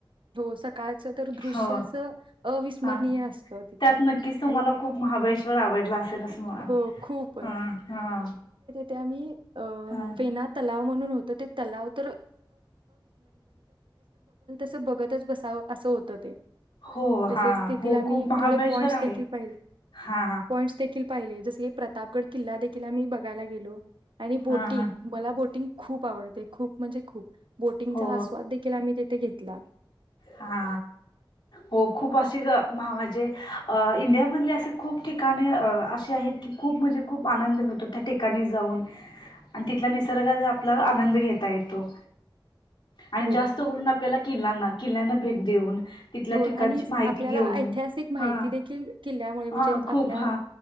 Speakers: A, on the right; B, on the left.
A: हो सकाळच तर दृश्य
B: हो
A: अस अविस्मरणीय
B: हा
A: असत तिथ
B: त्यात नक्कीच तुम्हाला
A: आणि
B: खूप महाबळेश्वर आवडला असेल असं मला
A: हो खूप खूपच
B: हा हा
A: त्या मही अ
B: हा
A: फेना तलाव ते पण लावतात अस बघतच बसावं असं होतं ते
B: हो
A: तसेच
B: हा
A: तथील
B: हो
A: आम्ही
B: खूप महाबळेश्वर
A: थोडे पॉइंट्स
B: आहे
A: देखील पाहिले
B: हा
A: पॉईंटस देखील पाहिले जसे प्रतापगड किल्ला देखील आम्ही बघायला गेलो आणि बोटिंग
B: हा
A: मला बोटिंग खूप आवडते खूप म्हणजे खूप बोटिंगचा
B: हो
A: आस्वाद देखील आम्ही तथे घेतो कला
B: हा हो खूप असे म्हणजे अ इंडिया मधले असे खूप ठिकाणे असे आहेत की खूप म्हणजे खूप आनंद मिळतो त्या ठिकाणी जाऊन आणि तिथला निसर्गाचा आपला आनंद घेता येतो आणि
A: हो
B: जास्त करून आपल्याला किल्ला ना किल्ल्यांना भेट देऊन तिथल्या
A: हो
B: ठिकाणची
A: आणि
B: माहिती
A: आपल्याला
B: घेऊन
A: ऐतिहासिक माहिती
B: हा
A: देखील कल्यामुळे म्हणजे
B: हा खूप
A: आपल्या
B: हा